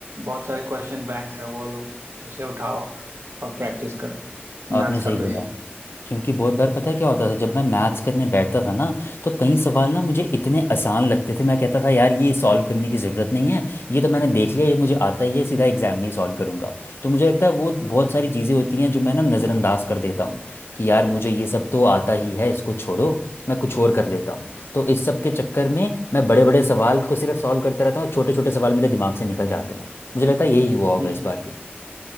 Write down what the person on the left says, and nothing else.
आपने
सही
बोला
क्योंकि बहुत बार पता है क्या होता था जब मैं मैथ्स करने बैठता था ना तो कई सवाल ना मुझे इतने आसान लगते थे मैं कहता था यार ये सॉल्व करने की ज़रूरत नहीं है ये तो मैंने देख लिया ये मुझे आता ही है सीधा एग्जाम में ही सॉल्व करूंगा तो मुझे लगता है वो बहुत सारी चीज़ें होती हैं जो मैं ना नज़रअंदाज कर देता हूँ कि यार मुझे ये सब तो आता ही है इसको छोड़ो मैं कुछ और कर लेता हूँ तो इस सब के चक्कर में मैं बड़े बड़े सवाल को सिर्फ सॉल्व करता रहता हूँ छोटे छोटे सवाल मेरे दिमाग से निकल जाते हैं मुझे लगता है यही हुआ होगा
इस बार भी